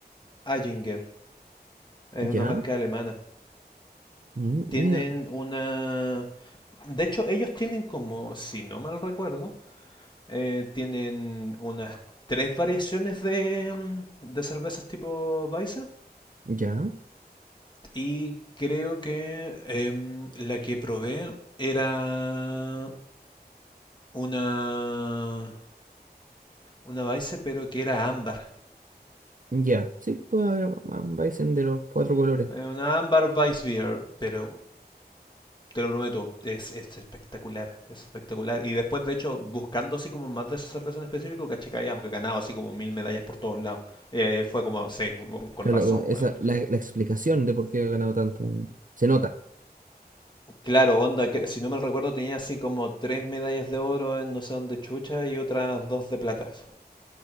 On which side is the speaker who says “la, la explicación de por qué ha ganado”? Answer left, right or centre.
Right